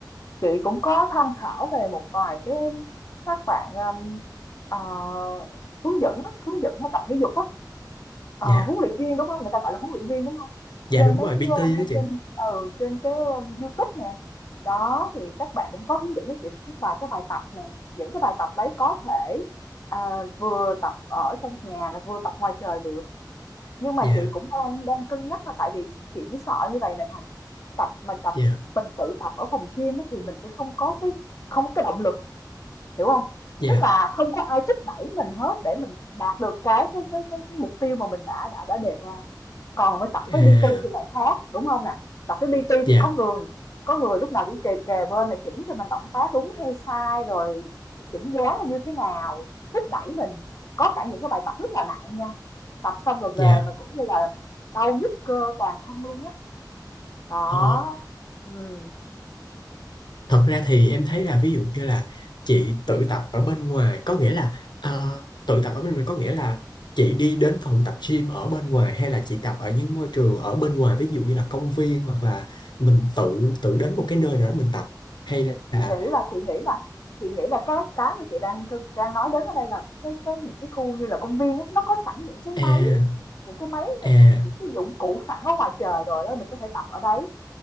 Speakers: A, on the left; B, on the left.
A: Chị cũng có tham khảo về một vài cái các bạn um, à, hướng dẫn á, hướng dẫn mà tập thể dục á, Ờ,
B: dạ
A: huấn luyện viên đúng không? Người ta gọi là huấn luyện viên đúng không?
B: dạ
A: Trên
B: đúng
A: mấy
B: rồi
A: cái
B: PT
A: um,
B: đó chị
A: trên ừ, trên cái um, YouTube nè. Đó thì các bạn cũng có hướng dẫn cho chị một cái vài cái bài tập nè. Những cái bài tập đấy có thể à, vừa tập ở trong nhà rồi vừa tập ngoài trời được nhưng mà
B: dạ
A: chị cũng đang đang cân nhắc thôi tại vì chị chỉ sợ như vậy này Thành tập mà tập
B: dạ
A: mình tự tập ở phòng gym á, thì mình sẽ không có cái không có cái động lực hiểu không
B: dạ
A: tức là không có ai thúc đẩy mình hết để mình đạt được cái cái cái cái cái mục tiêu mà mình đã đã đã đề ra còn với tập
B: à
A: với PT thì lại khác, đúng không nè? Tập với PT
B: dạ
A: thì có người có người lúc nào cũng kề kề bên là chỉnh cho mình động tác đúng hay sai, rồi chỉnh dáng là như thế nào, thúc đẩy mình. Có cả những cái bài tập rất là nặng nha, tập xong rồi về
B: dạ
A: mà cũng như là đau nhức cơ toàn thân luôn á. Đó,
B: ờ
A: ừm.
B: Thật ra thì em thấy là ví dụ như là chị tự tập ở bên ngoài có nghĩa là ờ, tự tập ở bên ngoài có nghĩa là chị đi đến phòng tập gym ở bên ngoài hay là chị tập ở những môi trường ở bên ngoài ví dụ như là công viên hoặc là mình tự tự đến một cái nơi nào đó mình tập hay
A: chị
B: là
A: nghĩ là chị nghĩ là chị nghĩ là cái cái mà chị đang đang nói đến ở đây là cái cái những cái khu như là công viên á, nó có sẵn những cái máy
B: à
A: những cái máy
B: à
A: những cái dụng cụ sẵn ở ngoài trời rồi đó mình có thể tập ở đấy